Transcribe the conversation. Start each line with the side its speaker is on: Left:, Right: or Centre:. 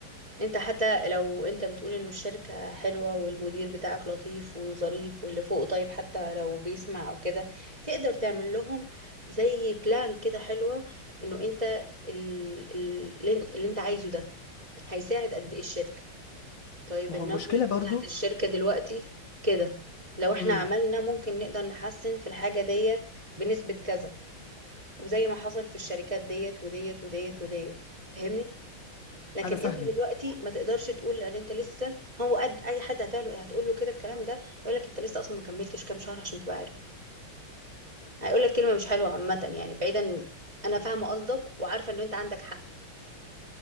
Right: انت حتى لو انت بتقول ان الشركة حلوة والمدير بتاعك لطيف وظريف واللي فوقه طيب حتى لو بيسمع او كده تقدر تعمل لهم زي بلان كده حلوة انه انت ال- ال- اللي انت اللي انت عايزه ده هيساعد قد ايه الشركة طيب
Left: ما
Right: النمبرز
Left: هو المشكله برضو
Right: بتاعت الشركة دلوقتي كده لو احنا
Left: امم
Right: عملنا ممكن نقدر نحسن في الحاجة ديت بنسبة كذا وزي ما حصل في الشركات ديت وديت وديت وديت فاهمني لكن
Left: انا فاهمك
Right: انت دلوقتي ما تقدرش تقول ان انت لسه هو قد اي حد هتعمل هتقول له كده الكلام ده هيقول لك انت لسه اصلا ما كملتش كام شهر عشان تبقى عارف هيقول لك كلمة مش حلوة عامة يعني بعيدا انا فاهمة قصدك وعارفة ان انت عندك حق